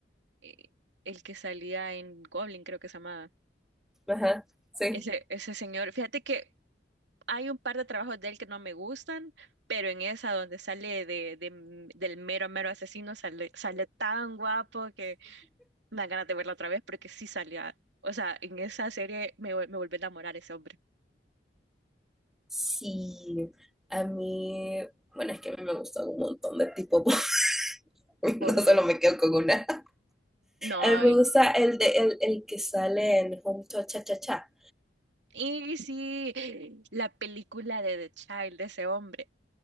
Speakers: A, on the right (about 80°); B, in the centre.
A: eh, el que salía en Goblin, creo que se llamaba.
B: Ajá, sí.
A: Ese, ese señor, fíjate que Hay un par de trabajos de él que no me gustan, pero en esa donde sale de, de m- del mero, mero asesino, sale, sale tan guapo que me da ganas de verla otra vez porque sí salía. O sea, en esa serie me, vol- me volví a enamorar ese hombre.
B: Sí, a mí, bueno, es que a mí me gustan un montón de tipos, <laughs>
A: Por
B: no solo
A: dos.
B: me quedo con una.
A: No.
B: A mí me gusta el, de, el, el que sale en Home to Cha Cha Cha.
A: Y y sí, la película de The Child de ese hombre